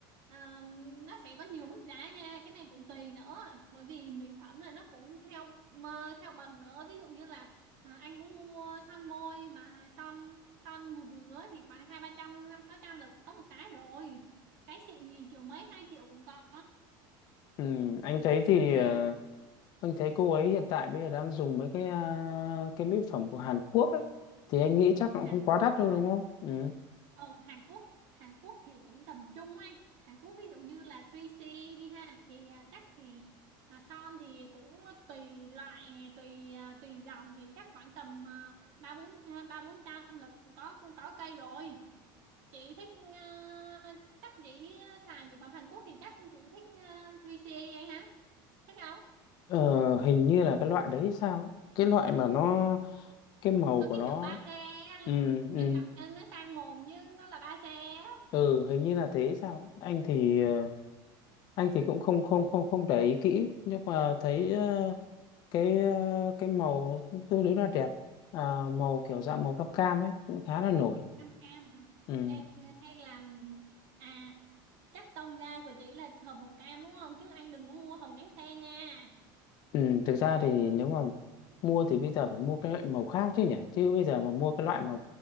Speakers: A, on the right (about 55°); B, on the left (about 40°).
A: um, nó sẽ có nhiều mức giá nha cái này cũng tùy nữa bởi vì mỹ phẩm là nó cũng theo mà theo bậc nữa ví dụ như là à, anh muốn mua son môi mà son son vừa vừa thì khoảng hai ba trăm năm sáu trăm là có một cái rồi cái xịn thì triệu mấy hai triệu cũng có
B: ừ, anh thấy thì
A: ừ.
B: ờ, anh thấy cô ấy hiện tại bây giờ đang dùng mấy cái ờ, cái mỹ phẩm của Hàn Quốc ấy thì anh nghĩ chắc nó
A: Hàn
B: cũng không quá đắt
A: Quốc
B: đâu đúng không ừ.
A: Ờ, Hàn Quốc Hàn Quốc thì cũng tầm trung anh Hàn Quốc ví dụ như là 3C đi ha thì à, chắc thì à, son thì cũng tùy loại tùy à, tùy dòng thì chắc khoảng tầm à, ba bốn à, ba bốn trăm là có có cây rồi chị thích à, chắc chị xài mỹ phẩm Hàn Quốc thì chắc chị thích à, 3C anh hả thích không
B: ờ, hình như là cái loại đấy sao ấy. cái loại mà nó cái màu
A: có
B: của
A: cái
B: nó
A: chữ ba xe anh
B: ừ,
A: em
B: ừ,
A: đọc trên nó sang mồm như nó là ba xe á.
B: ừ hình như là thế sao ấy. anh thì ờ, anh thì cũng không không không không để ý kỹ nhưng mà thấy ờ, cái ờ, cái màu tương đối là đẹp à, màu kiểu dạng màu cam cam ấy cũng khá là nổi
A: cam cam hả
B: ừ.
A: Ê, hay là à chắc tông da của chị là hầm màu cam đúng không chứ anh đừng có mua hồng cánh sen nha
B: Ừ, thực ra thì nếu mà mua thì bây giờ phải mua cái loại màu khác chứ nhỉ chứ bây giờ mà mua cái loại mà